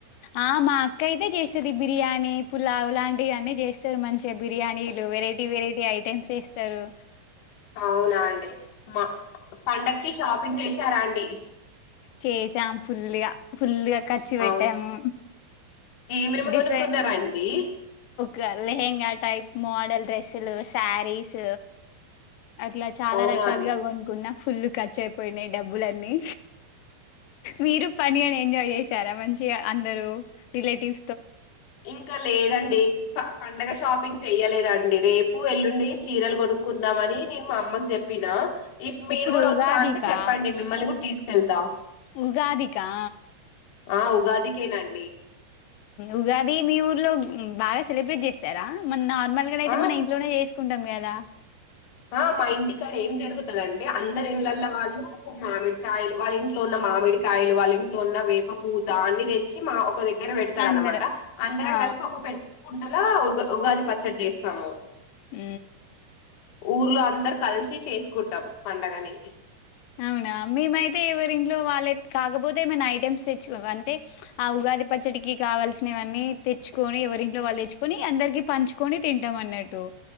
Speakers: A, on the left (about 85°); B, on the left (about 60°).
A: ఆ మా అక్క అయితే చేస్తది బిర్యానీ పులావు లాంటివన్నీ చేస్తార మంచిగా బిర్యానీ వెరైటీ వెరైటీ ఐటమ్స్ చేస్తరు
B: అవునా అండి మ పండగకి షాపింగ్ చేశారా అండి
A: చేసాం ఫుల్ గ ఫుల్ గ ఖర్చు పెట్టాము
B: అవునా ఏమేమి
A: డిఫరెంట్
B: కొనుక్కున్నారండి
A: గా లెహన్గా టైప్ మోడల్ డ్రెస్సులు శారీస్ అట్లా చాలా
B: అవునా
A: రకాలుగా
B: అండి
A: కొనుక్కున్న ఫుల్ ఖర్చు అయిపోయినాయి డబ్బులన్నీ మీరు పనిని ఎంజాయ్ చేసారా మంచిగా అందరుూ రిలేటివ్
B: ఇంక లేదండి పండగ షాపింగ్ చెయలేదండి రేపు ఎల్లుండి చీరలు కొనుక్కుందామని నేను మా అమ్మకు చెప్పి నేనా ఇఫ్ మీరు
A: ఇప్పుడు
B: కూడ
A: ఉగాదికా
B: వస్తా అంటే చెప్పండి మిమ్మల్ని కూడా తీసుకెళ్తా
A: ఉగాదికా
B: ఆ ఉగాదికెనాం
A: ఉగాది మీ ఊర్లో బాగ సెలబ్రేట్ చేస్తరా మన నార్మల్ గా అయితే
B: ఆ
A: మన ఇంట్లోనే చే కుంటాం కదా
B: ఆ మా ఇంటికాడ ఏం జరుగుతుదంటే అందరి ఇలల్ల వాళ్ళు మామిడికాయ వాళ్ళ ఇంట్లో న్న మామిడికాయలు వాళ్ళ ఇంట్లో ఉన్న వేప పూత అన్ని తెచ్చి మా ఒక్గ దగ్గర పెడతారనమాట
A: అందరు
B: అందరం
A: ఆ!
B: కలిపి ఒక పెద్ద కుండలో ఉ ఉగాది పచ్చడి చేస్తాము
A: ఉ
B: ఊర్లో అందరు కలిసి చేసుకుంటాం పండగని
A: అవునా మేమైతే ఎవరింట్లో వాళ్ళ కాకపోతే ఏమైనా ఐటమ్స్ తెచ్చుకో అంటే ఆ ఉగాది పచ్చడికి కావాల్సినవివన్నీ తెచ్చుకొని ఎరి ఇంట్లో వాళ్ళు తెచ్చుకొని అందరికి పంచుకొని తింటాం అన్నట్టు